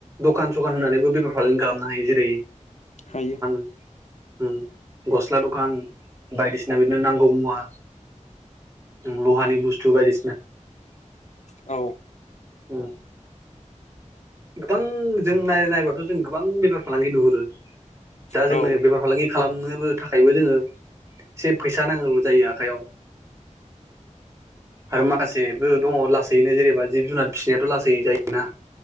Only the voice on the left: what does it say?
हायो।
औ
औ